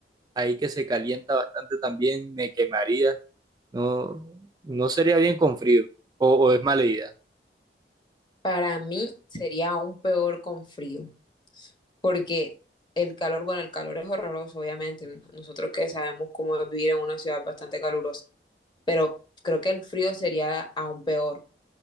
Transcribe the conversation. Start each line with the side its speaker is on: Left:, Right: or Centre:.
Right: ahí que se calienta bastante también, me quemaría. No, no sería bien con frío, o, o es mala idea.
Left: Para mí sería aún peor con frío. porque el calor, bueno, el calor es horroroso, obviamente, n- nosotros que sabemos cómo es vivir en una ciudad bastante calurosa, pero creo que el frío sería aún peor,